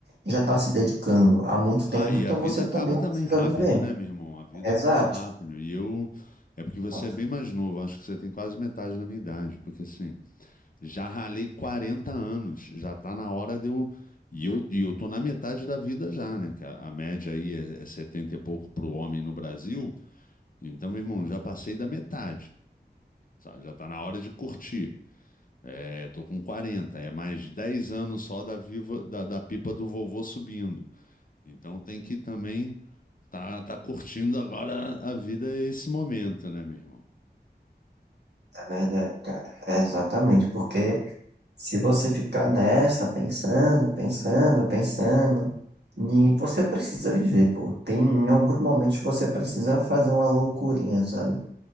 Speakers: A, on the right (about 70°); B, on the left (about 50°).
A: já está se dedicando há muito
B: Ah,
A: tempo,
B: e
A: então
B: a vida
A: você
B: acaba
A: também
B: também
A: precisa
B: rápido,
A: viver.
B: né, meu irmão? A vida
A: Exato,
B: acaba rápido. E eu. É porque
A: exato.
B: você é bem mais novo, acho que você tem quase metade da minha idade. Porque assim, já ralei 40 anos, já tá na hora de eu. E eu, e eu tô na metade da vida já, né? Que a, a média aí é, é 70 e pouco pro homem no Brasil. Então, meu irmão, já passei da metade, sabe? Já tá na hora de curtir. É, tô com 40. é mais 10 anos só da, viva, da da pipa do vovô subindo. Então tem que também Tá, tá curtindo agora a vida e esse momento, né, meu irmão?
A: É verdade, cara. É exatamente, porque se você ficar nessa, pensando, pensando, pensando, e você precisa viver, pô. Tem, em alguns momentos você precisa fazer uma loucurinha, sabe?